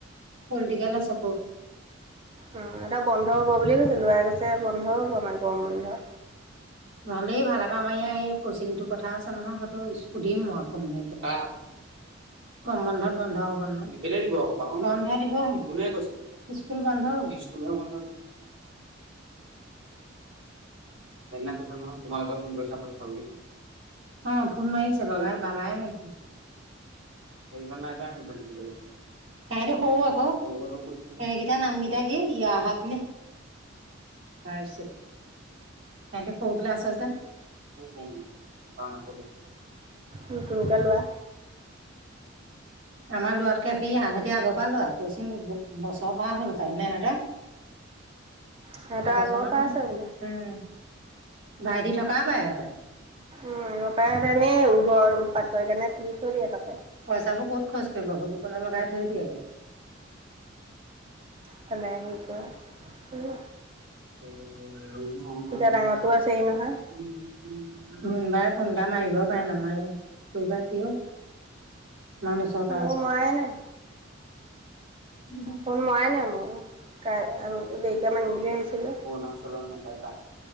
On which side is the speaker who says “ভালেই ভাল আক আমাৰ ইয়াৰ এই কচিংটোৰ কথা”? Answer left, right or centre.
Right